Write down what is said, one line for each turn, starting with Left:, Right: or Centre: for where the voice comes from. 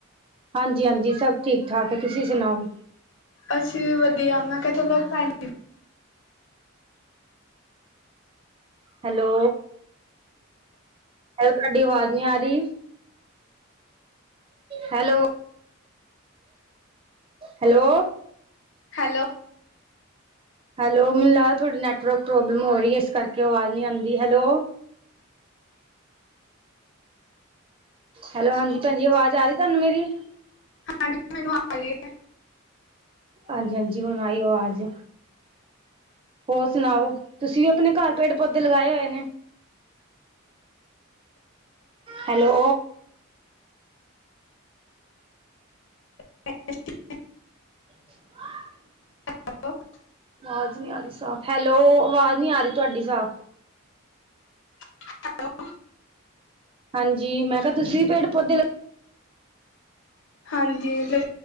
Right: ਹਾਂਜੀ ਹਾਂਜੀ ਸਭ ਠੀਕ ਠਾਕ ਤੁਸੀਂ ਸੁਣਾਓ
Left: ਅਸੀਂ ਵੀ ਵਧੀਆ ਮੈਂ ਕਿਹਾ ਚਲੋਬੈਣ
Right: ਹੈਲੋ ਹੈ ਤੁਹਾਡੀ ਆਵਾਜ਼ ਨਹੀਂ ਆ ਰਹੀ ਹੈਲੋ ਹੈਲੋ
Left: ਹੈਲੋ
Right: ਹੈਲੋ ਮੈਨੂੰ ਲ ਤੁਹਾਡੀ ਨੈੱਟਵਰਕ ਪ੍ਰੋਬਲਮ ਹੋ ਰਹੀ ਹੈ ਇਸ ਕਰਕੇ ਆਵਾਜ਼ ਨਹੀਂ ਆਉਂਦੀ ਹੈਲੋ ਹੈਲੋ ਹਾਂਜੀ ਭੈਂਜੀ ਆਵਾਜ਼ ਆ ਰਹੀ ਤੁਹਾਨੂੰ ਮੇਰੀ
Left: ਹਾਂਜੀ ਮੈਨੂੰ ਆ ਹੀ ਹੈ
Right: ਹਾਂਜੀ-ਹਾਂਜੀ ਹੁਨ ਆਈ ਆ ਆਜ਼ ਹੋਰ ਸੁਨਾਓ ਤੁਸੀਂ ਵੀ ਆਪਣੇ ਘਰ ਪੇੜ ਪੌਦੇ ਲਗਾਏ ਹੋਏ ਨੇ ਹੈਲੋ
Left: <inaudible>
Right: <inaudible>
Left: <inaudible>
Right: ਆਵਾਜ਼ ਨਹੀਂ ਆ ਰਹੀ ਸਾਫ਼ ਹੈਲੋ ਆਵਾਜ਼ ਨੀ ਆ ਰਹੀ ਤੁਹਾਡੀ ਸਾਫ਼
Left: <unintelligible>
Right: ਹਾਂਜੀ ਮੈਂ ਕਿਹਾ ਤੁਸੀਂ ਵੀ ਪੇੜ ਪੌਦੇ
Left: ਹਾਂਜੀ